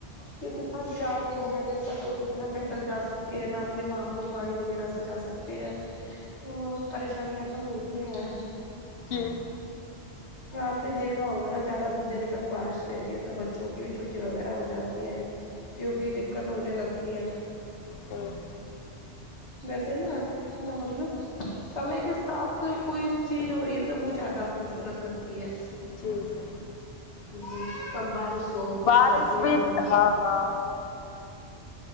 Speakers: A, on the left; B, on the left.
A: کیونکہ پھنس جاتے ہیں دقت ہوتی ہے نہ پیدل جا سکتے ہیں نہ اپنے واہنوں گاڑی وغیرہ سے جا سکتے کتی ہے تو پریشانیاں تو حوتی ہے
B: جی
A: اور آپ نے دیکھا ہوگا نا زیادہ دن تک بارش رہتی ہے تو بچوں کی بھی چھٹی وغیرہ ہو جاتی تی ہے کیونکہ دقت ہونے لگتی ہیں
B: ھممم
A: ویسے نہ ا مطلب سمے کے ساتھ کوئی چیز ہو رہی ہے تو وہ زیادہ خوبصورت لگتی ہے
B: جی جی
A: جی کم بارش ہو کم
B: بارش
A: سردیاں
B: بھی
A: ہو
B: ہاں ہاں